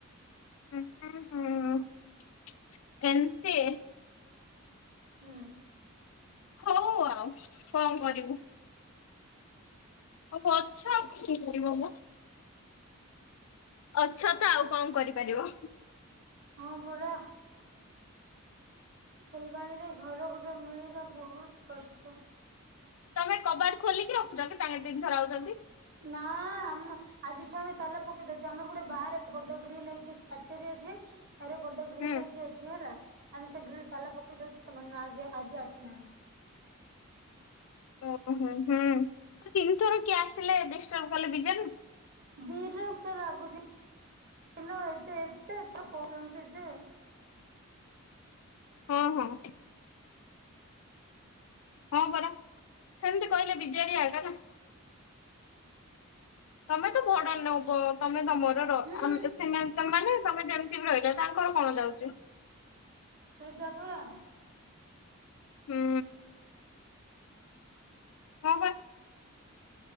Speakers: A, on the left; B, on the right.
A: ହୁଁ, ହୁଁ <inaudible> ଏନ୍ତି
B: ହୁଁ,
A: ହଉ, ଆଉ କଣ କରିବୁ? ହଉ, ଅଛ, ଆଉ କଣ କରିବ ମ, ଅଛ ତ, ଆଉ କଣ କରିପାରିବ?
B: ହଁ ପରା। ଫୁଲବାଣୀରେ ଘର ଗୋଟେ ମିଳିବା ବହୁତ କଷ୍ଟ।
A: ତମେ କବାଟ ଖୋଲିକି ରଖୁଛନ୍ତି, ତାଙ୍କେ ତିନି ଥର ଆଉଛନ୍ତି?
B: ନା, ଆମ ଆଜିଠୁ, ଆମେ ତାଲା ପକେଇ ଦଉଛୁ, ଆମର ଗୋଟେ ବାହାରେ ବଡ ଗ୍ରିଲ ହେଇକି ପାଚେରୀ ଅଛି। ଆରେ, ବୋଡ ଗ୍ରିଲ
A: ହୁଁ।
B: ହେଇକି ଅଛି, ହେଲା ଆମେ ସେ ଗ୍ରିଲ ତାଲା ପକେଇଦଉଚୁ, ସେମାନେ ଆଜି ଆସ ନାନ୍ତି
A: ଓ, ହୁଁ, ହୁଁ, ତିନି ଥର କିଏ ଆସିଲେ, ଡିଷ୍ଟର୍ବ କଲେ, ବିଜେନ
B: ବିରକ୍ତ ଲାଗୁଛି, ଇଲୋ ଏଠି ତ କହୁଛନ୍ତି ଯେ
A: ହଁ, ହଁ ହଁ, ପରା, ସେମିତି କହିଲେ, ବିଜେଡି ଆଇଲା ନା? ତମେ ତ ଭଡା ନ ହଁ। ତମେ ତମର ର
B: ହୁଁ
A: ସେମାନେ ତମେମାନେ। ତମେ ଯେମ୍‌ତି ବି ରହିଲ ତାଙ୍କର କଣ ଯାଉଛି।
B: ସେଇଟା ପରା।
A: ହୁଁ। <inaudible>